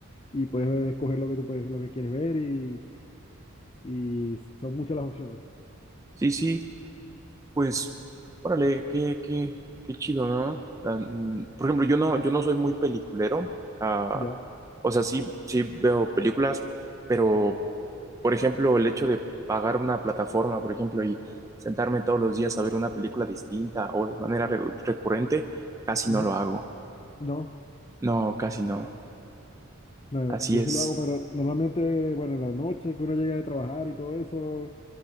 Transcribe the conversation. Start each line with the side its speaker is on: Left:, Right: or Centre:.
Left: y puedes ver- escoger lo que tú puedes, lo que quieres ver y, y son muchas las opciones.
Right: sí, sí. Pues, órale, qué, qué, qué chido, ¿no? Ah, mm, por ejemplo, yo no, yo no soy muy peliculero. Ah,
Left: Ya.
Right: o sea, sí, sí veo películas, pero Por ejemplo, el hecho de pagar una plataforma, por ejemplo, y sentarme todos los días a ver una película distinta o de manera re- recurrente, casi
Left: Ujú.
Right: no lo hago.
Left: No.
Right: No, casi no.
Left: No,
Right: Así
Left: yo
Right: es.
Left: sí lo hago, pero normalmente, bueno, en la noche que uno llega de trabajar y todo eso,